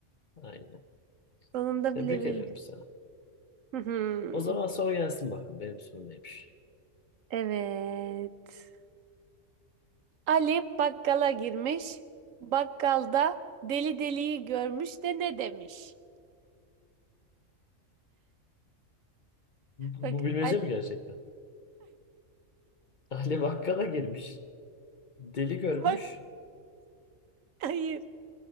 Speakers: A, on the left; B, on the right.
A: aynen.
B: Sonunda
A: Tebrik
B: bile bildim.
A: ediyorum sana.
B: Hı hı.
A: O zaman soru gelsin bakalım. Benim sorum neymiş?
B: Evet. Ali bakkala girmiş. Bakkalda deli deliyi görmüş de ne demiş?
A: Bu
B: Bak
A: bilmece
B: Ali
A: mi gerçekten? <laughs> Ali Bakkala girmiş. Deli görmüş.
B: bak <laughs> hayır.